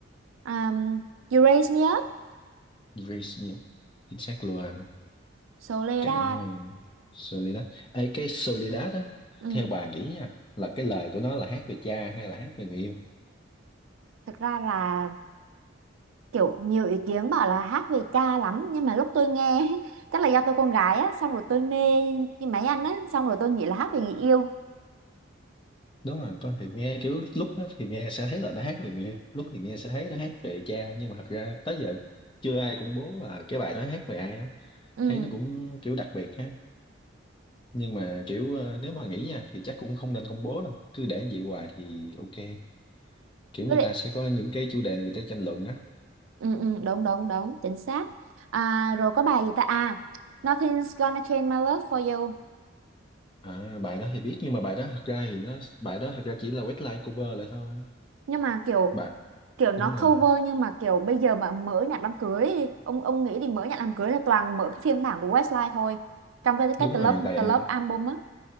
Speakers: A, on the right; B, on the left.
A: um, You Raise Me Up
B: Dreams nhiều chính xác luôn
A: Soledad
B: cả ừ, Soledad Ê, cái Soledad á
A: ừ.
B: theo bà nghĩ nha là cái lời của nó là hát về cha hay là hát về người yêu
A: thực ra là kiểu nhiều ý kiến bảo là hát về cha lắm nhưng mà lúc tôi nghe <laughs> chắc là do tôi con gái á xong rồi tôi mê cái máy anh á xong rồi tôi nghĩ là hát về người yêu
B: đúng rồi con thì nghe kiểu lúc đó thì nghe sẽ thấy là nó hát về người yêu lúc thì nghe sẽ thấy nó hát về cha nhưng mà thật ra tới giờ chưa ai công bố là cái bài đó hát về ai á
A: ừ
B: thấy nó cũng kiểu đặc biệt ha nhưng mà kiểu ờ, nếu mà nghĩ nha thì chắc cũng không nên công bố đâu cứ để như vậy hoài thì ok kiểu
A: Tôi
B: người
A: định
B: ta sẽ có những cái chủ đề người ta tranh luận á
A: ừ, ừ, đúng đúng đúng chính xác à, rồi có bài gì ta à Nothing's gonna change my love for you
B: à, bài đó thì biết nhưng mà bài đó thật ra thì nó bài đó thật ra chỉ là webline cover lại thôi
A: nhưng mà kiểu
B: bạn
A: kiểu nó
B: đúng rồi
A: cover nhưng mà kiểu bây giờ mà mở nhạc đám cưới đi, ông ông nghĩ đi mở nhạc đám cưới là toàn mở cái phiên bản của Westlife thôi trong cái
B: đúng
A: cái The
B: rồi
A: Love
B: tại
A: The Love album á